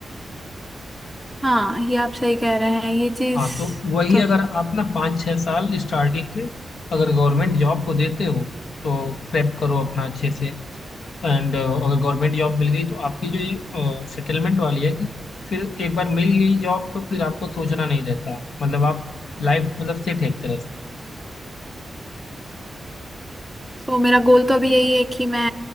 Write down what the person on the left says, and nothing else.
हाँ तो वही
अगर आप ना पाँच छः साल स्टार्टिंग के अगर गवर्नमेंट जॉब को देते हो तो प्रेप करो अपना अच्छे से एंड अगर गवर्नमेंट जॉब मिल गई तो आपकी जो ये सेटलमेंट वाली है कि फिर एक बार मिल गई जॉब तो फिर आपको सोचना नहीं रहता है मतलब आप लाइफ मतलब सेट है एक तरह से